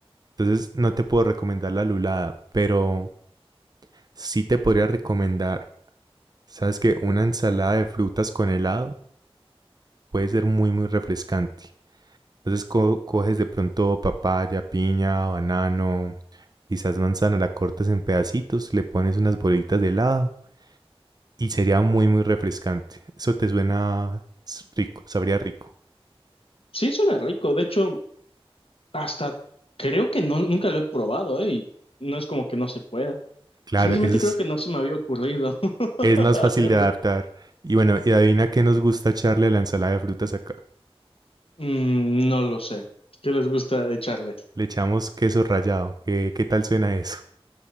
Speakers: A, on the right; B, on the left.
A: Entonces no te puedo recomendar la lulada, pero sí te podría recomendar, sabes que una ensalada de frutas con helado puede ser muy, muy refrescante. Entonces co- coges de pronto papaya, piña, banano, quizás manzana, la cortas en pedacitos, le pones unas bolitas de helado y sería muy, muy refrescante. Eso te suena s- rico, sabría rico.
B: Sí, suena rico. De hecho, hasta creo que no, nunca lo he probado, ¿eh? Y no es como que no se pueda.
A: Claro,
B: Simplemente
A: eso es,
B: creo que no se me había ocurrido <laughs>
A: es más
B: hacerlo.
A: fácil de adaptar. Y bueno, y adivina qué nos gusta echarle a la ensalada de frutas acá.
B: Mm, no lo sé. ¿Qué les gusta echarle?
A: Le echamos queso rallado. ¿Qué, qué tal suena eso?